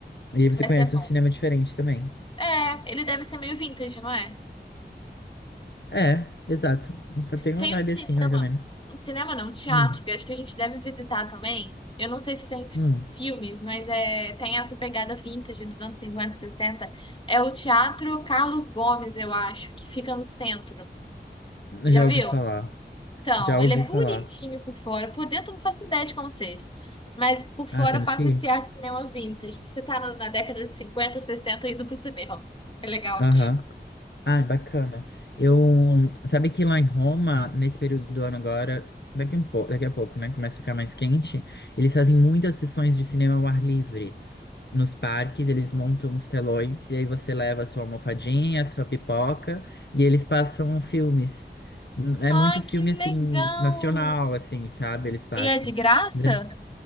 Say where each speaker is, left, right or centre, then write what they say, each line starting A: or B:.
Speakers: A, on the left; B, on the left.
A: E aí você
B: Vai
A: conhece
B: ser bom.
A: um cinema diferente também.
B: É, ele deve ser meio vintage, não é?
A: É, exato. Tem uma
B: Tem
A: vibe
B: um cinema,
A: assim, mais ou menos.
B: um cinema não, um teatro,
A: Hum,
B: que eu acho que a gente deve visitar também. Eu não sei se tem f-
A: hum.
B: filmes, mas é, tem essa pegada vintage dos anos 50, 60. É o Teatro Carlos Gomes, eu acho, que fica no centro. Já
A: Já
B: viu?
A: ouvi falar.
B: Então,
A: Já
B: ele
A: ouvi
B: é
A: falar.
B: bonitinho por fora. Por dentro, eu não faço ideia de como seja. Mas por fora
A: Ah, temos
B: passa
A: que ir.
B: esse ar de cinema vintage. Você tá no- na década de 50, 60 indo pro cinema. É legal.
A: Aham. Ah, bacana. Eu, sabe que lá em Roma, nesse período do ano agora, daqui um pouco, daqui a pouco, né, começa a ficar mais quente, eles fazem muitas sessões de cinema ao ar livre. Nos parques, eles montam os telões e aí você leva a sua almofadinha, a sua pipoca e eles passam filmes. N- É
B: Ai,
A: muito filme
B: que
A: assim
B: legal!
A: nacional, assim, sabe? Eles passam.
B: E é de graça?
A: É